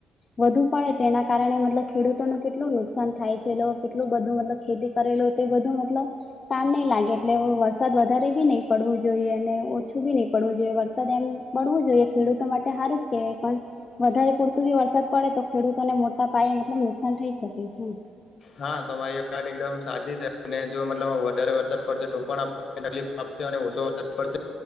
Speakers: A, on the left; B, on the left.
A: વધુ પડે તેના કારણે મતલબ ખેડૂતોને કેટલું નુકસાન થાય છે કેટલું બધું મતલબ ખેતી કરેલું તે બધું મતલબ કામ નહીં લાગે એટલે વરસાદ વધારે બી નહી પડવું જોઈએ અને ઓછું બી નહી પડવું જોઈએ વરસાદ એમ પડવું જોઈએ ખેડૂતો માટે હારું જ કહેવાય પણ વધારે પૂરતું બી વરસાદ પડે તો ખેડૂતોને મોટા પાયે મતલબ નુકસાન થઈ શકે છે એમ.
B: હા તમારી વાત એકદમ સાચી છે અને જો મતલબ વધારે વરસાદ પડશે તો પણ તકલીફ આપશે અને ઓછો વરસાદ પડશે